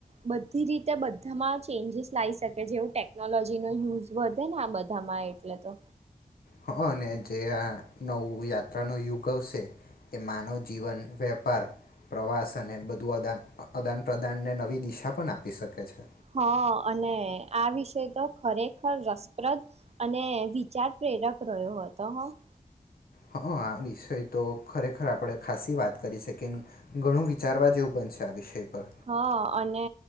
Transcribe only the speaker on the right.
બધી રીતે બધામાં ચેન્જીસ લાવી શકે જેવું ટેકનોલોજીનો યુઝ વધે ને આ બધામાં એટલે તો.
હા અને આ વિષય તો ખરેખર રસપ્રદ અને વિચાર પ્રેરક રહ્યો હતો હ.
હા અને